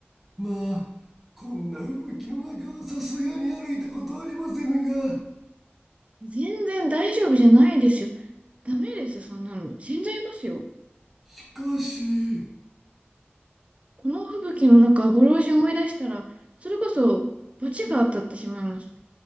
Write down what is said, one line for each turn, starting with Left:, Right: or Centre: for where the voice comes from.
Centre: まあこんな吹雪の中はさすがに歩いたことありませぬが
Right: 全然大丈夫じゃないですよ。ダメです、そんなの。死んじゃいますよ。
Centre: しかし
Right: この吹雪の中、ご老人を追い出したら、それこそ、罰が当たってしまいます。